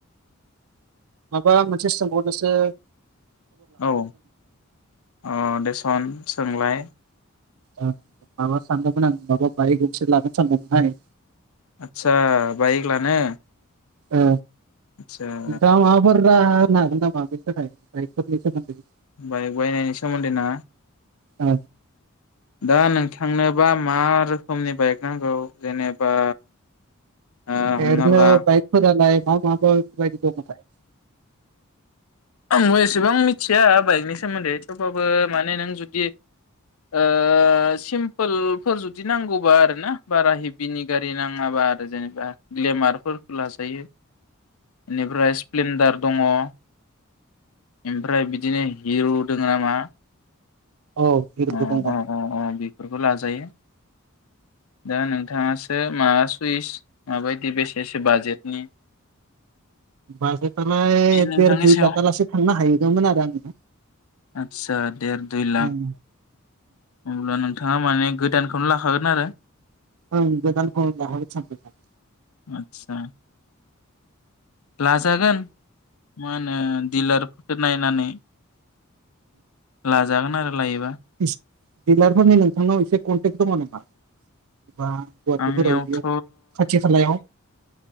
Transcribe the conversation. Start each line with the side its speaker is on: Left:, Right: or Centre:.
Right: माबा मोनसे सोंहरनोसो
Left: औ अ देसन। सोंलाय
Right: ओ माबा सानदोंमोन आं माबा बायक गंसे लागोन सानदोंमोनहाय।
Left: आतसा बाइक लानो
Right: ओ
Left: आतसा।
Right: नोंथाङा <unintelligible>
Left: बाइक बायनायनि सोमोन्दै ना?
Right: औ।
Left: दा नोंथांनोबा मा रोखोमनि बाइक नांगौ जेनेबा ओ
Right: ओरैनो
Left: हमना ला
Right: बाइकफोरा लाय मा माबायदि दङथाय
Left: आंबो एसेबां मिथिया बाइकनि सोमोन्दै थेवब्लाबो माने नों जुदि ओ सिमपोलफोर जुदि नांगौबा आर ना बारा हेभिनि गारि नाङाबा आरो जेनेबा ग्लेमारफोरखौ लाजायो। बेनिफ्राय स्प्लेडार। दङ। ओमफ्राय बिदिनो हिरु दोङो नामा।
Right: औ हिरुबो
Left: अ
Right: दोङो।
Left: अ अ अ बेफोरखौ लाजायो दा नोंथाङास <unintelligible> मा सुइस माबायदि बेसेसो बाजेटनि।
Right: बाजेटालाय
Left: बे नोंथांनि
Right: देर दुइ
Left: सायाव
Right: लाखा लासे थांनो हाहैगोमोन आरो आंनि
Left: आदसा देर दुइ लाख
Right: उम
Left: अब्ला नों नोंथाङा माने गोदानखौनो लाखागोन आरो
Right: औ गोदानखौ लाखागोन सानदोंमोन।
Left: आदसा लाजागोन मोन। ओ दिलारफोर नायनानै ला जागोन आरो लायोबा।
Right: इस दिडिलारफोरनि नोंथांनाव एसे कन्टेक्ट दङ नामा बा गुवाहाटिफोराव
Left: आंनियावथ'
Right: बिदियाव खाथि खालायाव